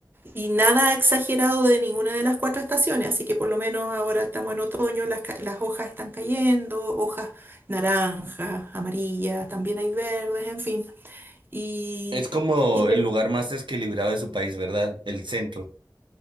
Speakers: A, on the right (about 25°); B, on the right (about 80°).
A: y nada exagerado de ninguna de las cuatro estaciones, así que por lo menos ahora estamos en otoño, las, ca- las hojas están cayendo, hojas naranjas, amarillas, también hay verdes, en fin. Y,
B: Es como
A: y
B: el lugar más desequilibrado de su país, ¿verdad? El centro.